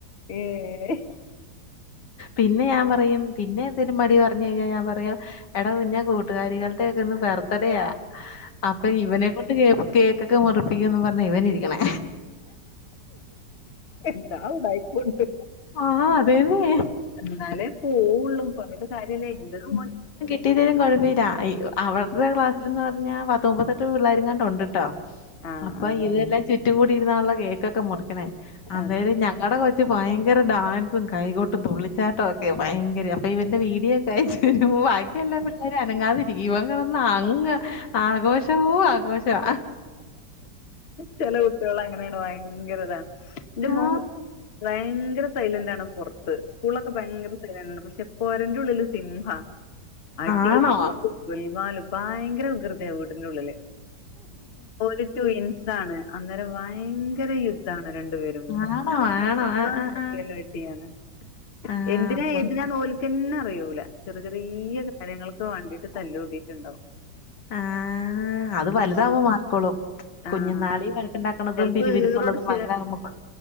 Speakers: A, on the left (about 40°); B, on the left (about 80°).
A: ഏഹ്
B: പിന്നെ ഞാൻ പറയും പിന്നെ എന്തെലും മടി പറഞ്ഞ ഞാൻ പറയും എടാ കുഞ്ഞ കൂട്ടുകാരികളുടെ ഒക്കെ ഒന്ന് ബെർത്തഡയാ അപ്പൊ ഇവനെക്കൊണ്ട് കേ കേക്കൊക്കെ മുറപ്പിക്കന്ന് പറഞ്ഞ ഇവൻ ഇരിക്കണേ
A: എല്ലാ ഉഡായിപ്പുണ്ട്
B: ആ അതേന്നെ
A: എന്നാലേ പോള്ളൂ പർന്ന്‌ ട്ട് കാര്യംല്ല എന്റെ <inaudible>
B: ട്ടീലേലും കുഴപ്പല്ല അവരുടെ ക്ലാസിവാന്ന് പറഞ്ഞാ പത്ത് മുപ്പത്തെട്ട് പിള്ളേർ എങ്ങാണ്ട് ഉണ്ട് ട്ടോ
A: ആഹ്
B: അപ്പൊ
A: ആഹ്
B: ഇതെല്ലാം ചുറ്റും കൂടി ഇരുന്നുള്ള കേക്കൊക്കെ മുറിക്കണേ അന്നേരം
A: അതെ
B: ഞങ്ങടെ കൊ <inaudible> ഭയങ്കര ഡാൻസും കൈകോട്ടും തുള്ളിച്ചാട്ടം ഒക്കെ ഭയങ്കര അപ്പൊ ഇവന്റെ വീഡിയോ ക്കെ അയച്ചരി ബാക്കിയല്ല എ അനങ്ങാതിരിക്കും ഇവൻ കെടന്ന് അങ്ങ് ആഘോഷവോ ആഘോഷവാ
A: ചെല കുട്ടികള് അങ്ങനെണ് ഭയങ്കര ഇതാ എന്റെ
B: ആ
A: മോ ഭയങ്കര സൈലന്റാണ് പൊർത്ത് സ്കൂളൊക്കെ ഭയങ്കര <unintelligible> സഥലാണ് പക്ഷെ പൊരന്റെ ഉള്ളില് സിംഹ അടിയും
B: ആണോ
A: കുത്തും ഗുൽമാല് ഭയങ്കര വികൃതിയാ വീട്ടിന്റെ ഉള്ളില് ഒരു ട്വിൻസ് ഇതാണ് അന്നേരം ഭയങ്കര യുദ്ധാണ് രണ്ടു പേരും കൂടെ
B: ആണോ ആണോ ആ
A: <unintelligible>
B: ആ ആ ആ
A: എന്തിനാ
B: ഉവ്വ
A: എതിനാ
B: ഉവ്വ
A: ഓൽക്കന്നെ അറിയൂല ചെറിയെ ചെറിയെ കാര്യങ്ങൾക്ക് വേണ്ടിട്ട് താല്ലൂടിട്ടുണ്ടാവും
B: ആഹ് അത് വലുതാവുമ്പ മാറിക്കോളും.
A: ആഹ്
B: കുഞ്ഞു നാളിൽ വഴക്കുണ്ടാക്കുന്നതും
A: ചെലപ്പോ
B: പിരിവിരിപ്പ്
A: ഈറൊടിച്ച്
B: ഉള്ളതും വലുതാകുംപ